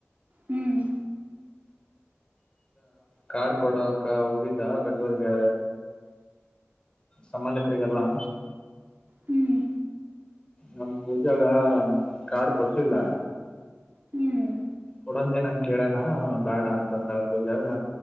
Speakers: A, on the right; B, on the left.
A: ಹ್ಮ್
B: ಕಾರ್ಡ್ ಕೊಡಕ ಹೋಗಿದ್ದ ಬೆಂಗಳೂರಿಗೆ ಸಂಬಂಧಿಕರಿಗೆಲ್ಲಾ
A: ಹ್ಮ್
B: ನಮ್ ಪೂಜಾಗ ಕಾರ್ಡ್ ಕೊಟ್ಟಿಲ್ಲ
A: ಹ್ಮ್
B: ಕೊಡಂದೆನಂತ ಕೇಳೇನ ಬೇಡ ಅಂತಂದಾಳ ಪೂಜಾ